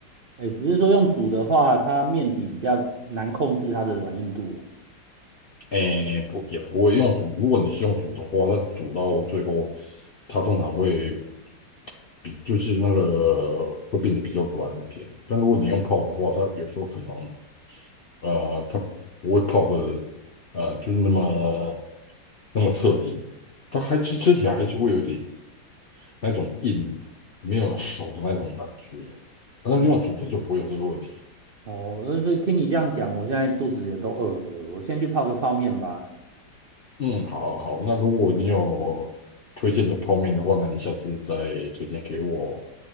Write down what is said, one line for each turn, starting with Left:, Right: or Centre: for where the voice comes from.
Right: 哎，只是说用煮的话，它面体比较难控制它的软硬度了。
Left: 诶，不也不会用煮。如果你是用煮的话，它煮到最后，它通常会比就是那个会变得比较软一点。但如果你用泡的话，它有时候可能呃，它不会泡的呃，就是那么那么彻底。它还吃吃起来还是会有点那种硬，没有熟的那种感觉。但是用煮的就不会有这个问题。
Right: 了哦，就是听你这样讲，我现在肚子也都饿了，我先去泡个泡面吧。
Left: 嗯，好好，那如果你有推荐的泡面的话，那你下次再推荐给我哦